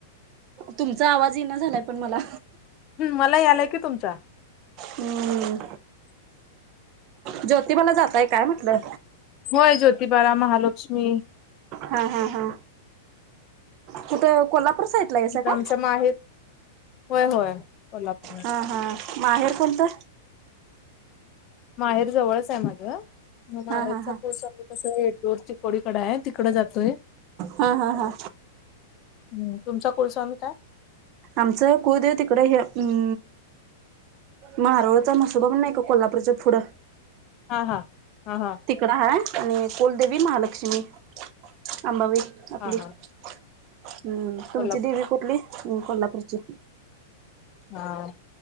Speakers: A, on the right; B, on the left.
A: तुमचा आवाज ई ना झालाय पण मला.
B: हम्म मला यालाय की तुमचा.
A: हम्म ज्योतिबला जाताय काय म्हटलं?
B: होय ज्योतिबाला महालक्ष्मी
A: हा हा हा कुठय कोल्हापूर साइडला आहेसा का?
B: आमच्या माहेर होय होय कोल्हापूर
A: हा हा माहेर कोणतं?
B: माहेर जवळच आहे माझं. मग माहेरच्
A: हा हा हा
B: कुलस्वामी कस <unintelligible> चिकोडीकडे आहे तिकड जातोय.
A: हा हा हा.
B: हम्म तुमचा कुलस्वामी काय?
A: आमचा कुलदैवत इकडं हे उम मारोळचा मसोबा पण नाही का कोल्हापूरच्या पुढं?
B: हा हा हा हा.
A: तिकड हाय आणि कुलदेवी महालक्ष्मी आंबाबाई आपली.
B: हा हा
A: हम्म तुमची
B: कोल्हापूर
A: देवी कुठली कोल्हापूरची?
B: हा